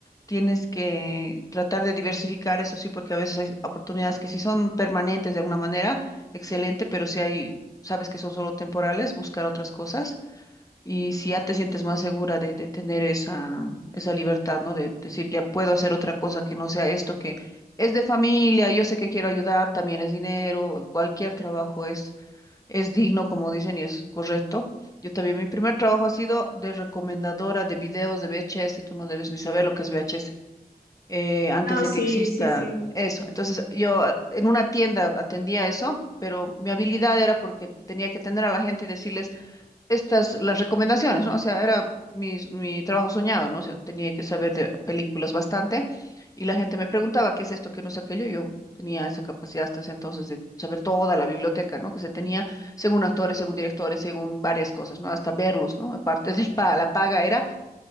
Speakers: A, on the left; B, on the left.
A: Tienes que tratar de diversificar, eso sí, porque a veces hay oportunidades que sí son permanentes de alguna manera, excelente, pero si hay, sabes que son solo temporales, buscar otras cosas. Y si ya te sientes más segura de, de tener esa, esa libertad, ¿no? De decir, ya puedo hacer otra cosa que no sea esto que es de familia, yo sé que quiero ayudar, también es dinero, cualquier trabajo es es digno, como dicen, y es correcto. Yo también, mi primer trabajo ha sido de recomendadora de videos de VHS. Tú no debes ni saber lo que es VHS, eh, antes
B: No,
A: de
B: sí,
A: que exista
B: sí, sí,
A: eso. Entonces, yo ah, en una tienda atendía eso, pero mi habilidad era porque tenía que atender a la gente y decirles, estas, las recomendaciones, ¿no? O sea, era mi, mi trabajo soñado, ¿no? O sea, tenía que saber de películas bastante y la gente me preguntaba qué es esto, qué no es aquello. y Yo tenía esa capacidad hasta ese entonces de saber toda la biblioteca, ¿no? Que se tenía según actores, según directores, según varias cosas, ¿no? Hasta verlos, ¿no? Aparte de la paga era